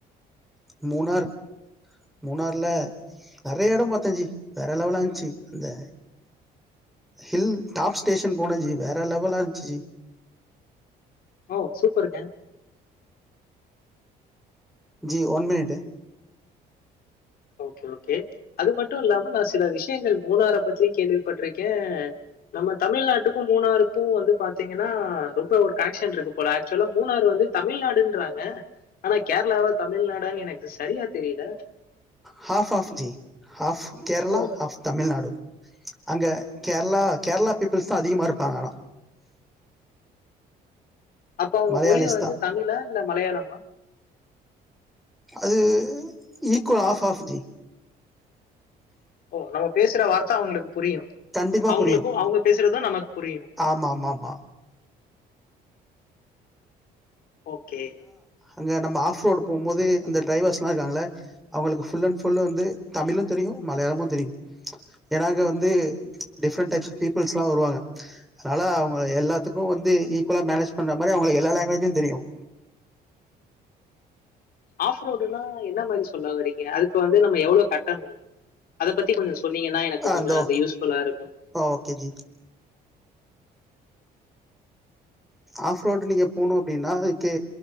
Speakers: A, in the centre; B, on the left.
A: மூணார் மூணார்ல நெறையா எட பாத்தே ஜி வேற லெவலா இருந்துச்சு அந்த ஹில் டாப் ஸ்டேஷன் போனே ஜி வேற லெவல்லா இருந்துச்சு
B: ஓ சூப்பருங்க
A: G one minute
B: okay okay அது மட்டும் இல்லாம சில விஷயங்கள் மூணார பத்தியு கேள்விப்பட்ருக்கே நம்ம தமிழ்நாட்டுக்கு மூணாருக்கு வந்து பாத்தீங்கன்னா ரொம்ப ஒரு கனெக்ஷன் இருக்கு போல ஆக்சுவலா மூணாறு வந்து தமிழ்நாடுன்றாங்க ஆனா கேரளாவா தமிழ்நாடான்னு எனக்கு சரியா தெரில
A: ஹாஃப் ஹாஃப் ஜி ஹாஃப் கேரளா
B: ஓ!
A: ஹாஃப் தமிழ்நாடு அங்க கேரளா கேரளா பீப்புள்ஸ் தான் அதிகமா இருப்பாங்க ஆனா
B: அப்ப அவங்க
A: மலையாளிஸ்
B: மொழி வந்து
A: தான்
B: தமிழா இல்ல மலையாளமா
A: அது ஈக்வல் ஹாஃப் ஹாஃப்
B: ஓ நம்ம பேசுற வார்த்த அவங்களுக்கு புரியும்
A: கண்டிப்பா
B: அவங்களுக்கும்
A: புரியும்
B: அவங்க பேசுறதும் நமக்கு புரியும்
A: ஆமா ஆமா ஆமா
B: ஓகே
A: அங்கே நம்ம ஆஃப் ரோடு போகும் போது அந்த டிரைவர்ஸ்லாம் இருக்காங்கள்ல அவங்களுக்கு ஃபுல் அண் ஃபுல்லும் வந்து தமிழும் தெரியும் மலையாளமும் தெரியும் ஏன்ன அங்க வந்து டிஃப்ரெண்ட் டைப்ஸ் ஆஃப் பீப்புள்ஸெலாம் வருவாங்க அதனால் அவங்க எல்லாத்துக்கும் வந்து ஈக்குவலா மேனேஜ் பண்ணுற மாதிரி அவங்களுக்கு எல்லா லாங்குவேஜும் தெரியும்
B: ஆஃப் ரோடுனா என்ன மாதிரி சொல்ல வரீங்க அதுக்கு வந்து நம்ம எவ்வளவு கட்டணும் அதை பத்தி கொஞ்சம் சொன்னீங்கன்னா எனக்கு
A: ஆ
B: கொஞ்சம்
A: இந்தோ
B: அது யூஸ்ஃபுல்லா இருக்கும்
A: ஓகே ஜி ஆஃப் ரோடு நீங்க போணு அப்டின்னா இ கே